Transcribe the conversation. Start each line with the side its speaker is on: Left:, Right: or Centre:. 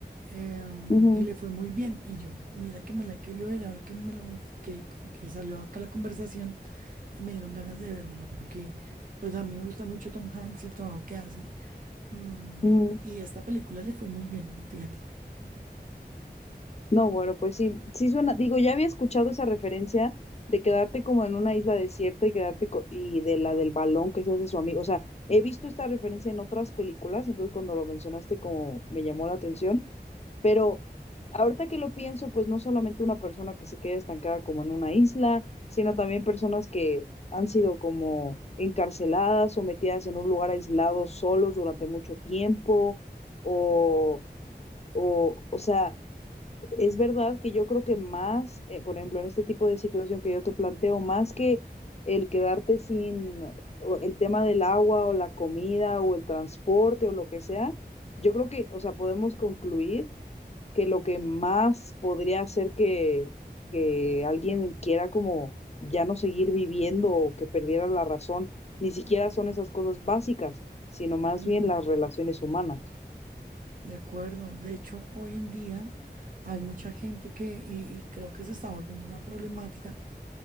Right: eh,
Left: Ujú,
Right: y le
Left: ujú,
Right: fue muy bien. Y yo, mira que me la he querido ver, ahora que me lo menc- que, que- que salió acá la conversación, me dieron ganas de vérmela porque pues a mí me gusta mucho Tom Hanks y el trabajo que hace. Mm,
Left: ujú.
Right: y esta película le fue muy bien, fíjate.
Left: No, bueno, pues sí, sí suena, digo, ya había escuchado esa referencia de quedarte como en una isla desierta y quedarte co- y de la del balón que se hace su amigo, o sea, he visto esta referencia en otras películas, entonces cuando lo mencionaste como me llamó la atención, pero ahorita que lo pienso, pues no solamente una persona que se quede estancada como en una isla, sino también personas que han sido como encarceladas o metidas en un lugar aislado solos durante mucho tiempo o o, o sea, es verdad que yo creo que más, eh, por ejemplo, en este tipo de situación que yo te planteo, más que el quedarte sin o el tema del agua o la comida o el transporte o lo que sea, yo creo que, o sea, podemos concluir que lo que más podría hacer que, que alguien quiera como ya no seguir viviendo o que perdiera la razón, ni siquiera son esas cosas básicas, sino más
Right: Mm.
Left: bien las relaciones humanas.
Right: De acuerdo. De hecho, hoy en día hay mucha gente que, y, y creo que se está volviendo una problemática,